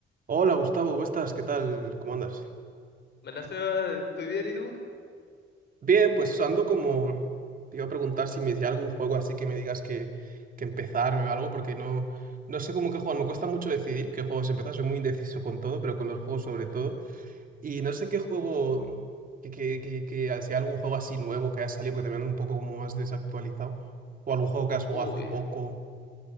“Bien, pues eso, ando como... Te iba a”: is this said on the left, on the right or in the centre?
Right